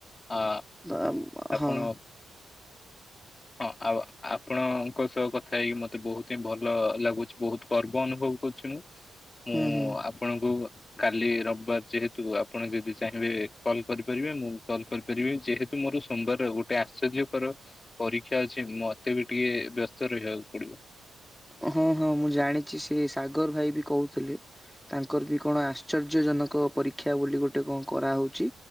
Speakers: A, on the left; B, in the centre.
A: ଆ
B: ଆ
A: ଆପଣ,
B: ହଁ
A: ହଁ ଆଉ ଆପଣଙ୍କ ସହ କଥା ହେଇକି ମତେ ବହୁତ ହିଁ ଭଲ ଲାଗୁଛି, ବହୁତ ଗର୍ବ ଅନୁଭବ କରୁଛି ମୁଁ। ମୁଁ
B: ହୁଁ ହୁଁ
A: ଆପଣଙ୍କୁ କାଲି ରବିବାର ଯେହେତୁ ଆପଣ ଯଦି ଚାହିଁବେ କଲ୍ କରିପାରିବେ, ମୁଁ କଲ କରିପାରିବି, ଯେହେତୁ ମୋର ସୋମବାର ଗୋଟେ ଆଶ୍ଚର୍ଯ୍ୟକର ପରୀକ୍ଷା ଅଛି, ମତେ ବି ଟିକେ ବ୍ୟସ୍ତ ରହିବାକୁ ପଡିବ।
B: ହଁ ହଁ ମୁଁ ଜାଣିଛି ସେ ସାଗର ଭାଇ ବି କହୁଥିଲେ। ତାଙ୍କର ବି କଣ ଆଶ୍ଚର୍ଯ୍ୟ ଜନକ ପରୀକ୍ଷା ବୋଲି ଗୋଟେ କଣ କରାହଉଛି।